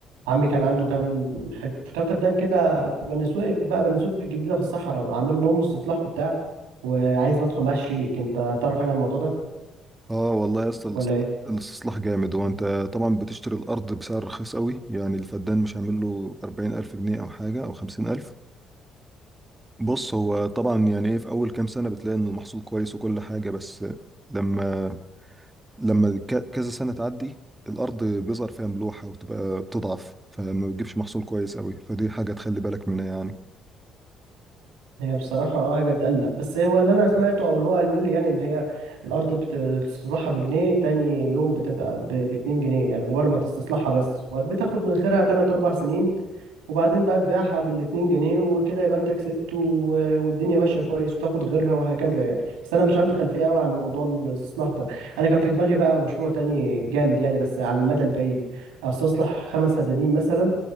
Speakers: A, on the right (about 85°); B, on the right (about 20°).
A: عمي كان عنده كام حت... كام فدان كده في بني سويف بقى بني سويف الجديده في الصحراء عامل لهم استصلاح وبتاع وعايز ندخل معاه شريك انت تعرف حاجه عن الموضوع ده
B: اه والله يا اسطى الاستص-
A: ولا ايه
B: الاستصلاح جامد هو انت طبعا بتشتري الارض بسعر رخيص قوي يعني الفدان مش هيعمل له 40000 جنيه او حاجه او 50000 بص هو طبعا يعني ايه في اول كام سنه بتلاقي ان المحصول كويس وكل حاجه بس لما لما ك- كذا سنه تعدي الارض بيظهر فيها ملوحه وتبقى بتضعف فما بتجيبش محصول كويس قوي فدي حاجه تخلي بالك منها يعني
A: هي بصراحة اه حاجة تقلق بس هو اللي أنا سمعته أو اللي هو قاله لي يعني إن هي الأرض بت- بتستصلحها بجنيه تاني يوم بتبقى ب- باتنين جنيه يعني مجرد ما تستصلحها بس بتاخد من خيرها تلات أربع سنين وبعدين بقى تبيعها بالاتنين جنيه وكده يبقى أنت كسبت و- والدنيا ماشية كويس وتاخد غيرها وهكذا يعني بس أنا مش عندي خلفية أوي عن موضوع الاستصلاح ده أنا كان في دماغي بقى مشروع تاني جامد يعني بس على المدى البعيد أستصلح خمس فدادين مثلا